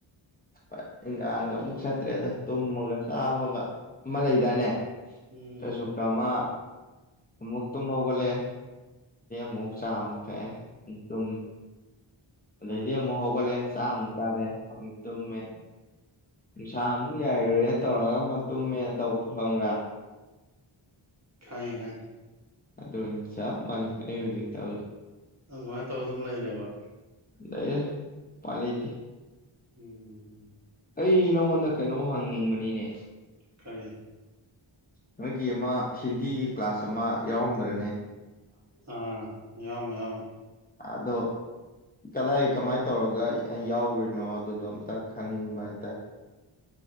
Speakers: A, on the left; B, on the right.
A: ꯍ ꯏꯟꯒꯥꯥꯡꯒ ꯑꯃꯨꯛ ꯆꯠꯇ꯭ꯔꯦꯗ ꯇꯨꯝꯃꯒ ꯆꯥꯕꯒ ꯑꯃ ꯂꯩꯗꯅꯦ
B: ꯎꯝ
A: ꯐꯦꯁꯕꯨꯛꯇ ꯑꯃ ꯑꯃꯨꯛ ꯇꯨꯝꯍꯧꯒꯠꯂꯦ ꯃ ꯃꯨꯛ ꯆ ꯑꯃꯛꯇꯦ ꯇ ꯑꯗ ꯍꯣꯒꯂꯦ ꯆꯥ ꯎ ꯆꯥꯔꯦ ꯇꯨꯝꯃꯦ ꯅꯨꯡꯁꯥ ꯑꯃꯨꯛ ꯌꯥꯏꯔꯨꯔꯦ ꯇꯧꯔꯒ ꯇꯨꯝꯃꯦꯅ ꯇꯧꯗꯣ ꯈꯪꯕ꯭ꯔꯥ
B: ꯈꯌꯦ ꯈꯥꯏ
A: ꯑ ꯑꯗꯨꯅꯦ ꯁꯥ ꯃꯥꯅꯦ ꯑꯗ ꯆ
B: ꯑꯗꯨꯃꯥꯏꯅ ꯇꯧꯔ ꯑꯗꯨꯝ ꯂꯩꯔꯦꯕ
A: ꯗꯏ ꯄꯂꯦꯇ
B: ꯎꯝ
A: ꯑꯩ ꯅꯪꯉꯣꯟꯗ ꯀꯩꯅꯣꯝ ꯍꯪꯅꯤꯡꯕꯅꯤꯅꯦ
B: ꯀꯔꯤ
A: ꯅꯣꯏꯒꯤ ꯑꯃ ꯍꯤꯟꯗꯤꯒꯤ ꯀ꯭ꯂꯥꯁ ꯑꯃ ꯌꯥꯎꯔꯝꯗ꯭ꯔꯦ
B: ꯑꯥ ꯌꯥꯎꯝ ꯌꯥꯎꯝ
A: ꯑꯗꯣ ꯀꯗꯥꯏ ꯀꯃꯥꯏꯅ ꯇꯧꯔꯒ ꯌꯥꯎ꯭ꯔꯤꯅꯣ ꯑꯗꯨꯗꯣ ꯑꯝꯇ ꯈꯪꯅꯤꯡꯕ ꯍꯥꯏꯇꯥꯔꯦ